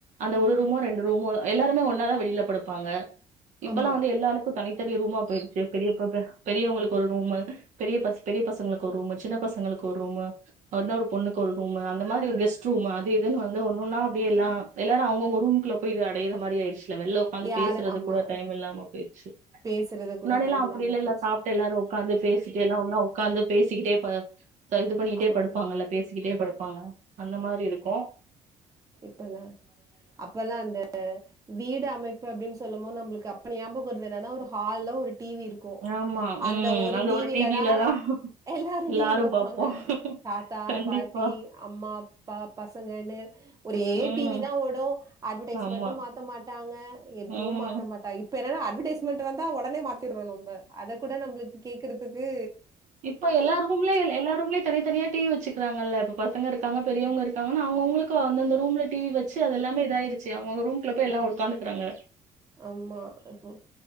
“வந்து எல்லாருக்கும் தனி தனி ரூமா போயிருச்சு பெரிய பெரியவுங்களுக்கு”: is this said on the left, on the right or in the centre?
Right